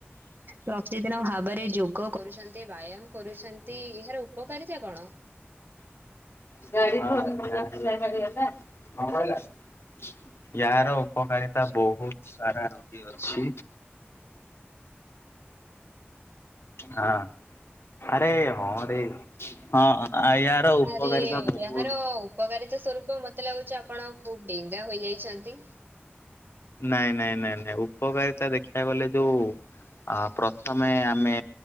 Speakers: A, on the right; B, on the left.
A: ପ୍ରତିଦିନ ଭାବରେ ଯୋଗ କରୁଛନ୍ତି। ଏତେ ବ୍ୟାୟାମ କରୁଛନ୍ତି ଏହାର ଉପକାରିତା କଣ?
B: <unintelligible> ୟାର ଉପକାରିତା ବହୁତ ସାରା ରୋଗୀ ଅଛି ହଁ ଆରେ ହଁରେ ହଁ ୟାର ଉପକାରିତା
A: ଆରେ
B: ବହୁତ
A: ଏହାର ଉପକାରିତା ସ୍ୱରୂପ ମତେ ଲାଗୁଛି ଆପଣ ଖୁବ ଡେଙ୍ଗା ହୋଇଯାଇଛନ୍ତି।
B: ନାଇଁ ନାଇଁ ନାଇଁ ନାଇଁ ଉପକାରିତା ଦେଖିବାକୁ ଗଲେ ଯୋଉ ଅ ପ୍ରଥମେ ଆମେ